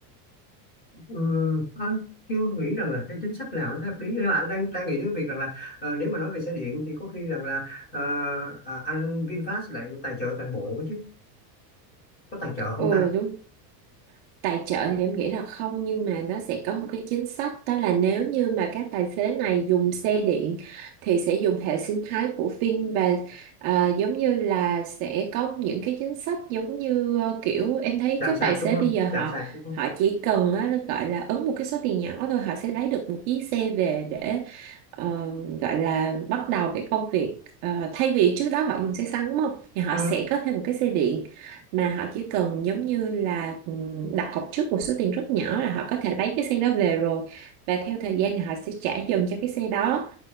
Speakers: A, on the left (about 20°); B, on the right (about 35°).
A: ừm, anh chưa nghĩ rằng là cái chính sách nào nó sẽ hợp lý nhưng mà anh đang đang nghĩ đến cái việc rằng là ờ, nếu mà nói về xe điện thì có khi rằng là ờ, à, anh VinFast lại tài trợ toàn bộ chứ có tài trợ không
B: Ừ,
A: ta
B: đúng tài trợ thì em nghĩ là không nhưng mà nó sẽ có một cái chính sách đó là nếu như mà các tài xế này dùng xe điện thì sẽ dùng hệ sinh thái của Vin và ờ, giống như là sẽ có những cái chính sách giống như ờ, kiểu em thấy
A: chạm
B: các
A: sạc
B: tài xế
A: đúng không
B: bây giờ họ
A: chạm sạc đúng không
B: họ chỉ cần á, nó gọi là ấn một cái số tiền nhỏ thôi họ sẽ lấy được một chiếc xe về để ờ, gọi là bắt đầu cái công việc Ờ, thay vì trước đó họ dùng xe xăng đúng không thì họ
A: Ừ,
B: sẽ có thêm một cái xe điện mà họ chỉ cần giống như là ừ, đặt cọc trước một số tiền rất nhỏ là họ có thể lấy cái xe đó về rồi và theo thời gian thì họ sẽ trả dần cho cái xe đó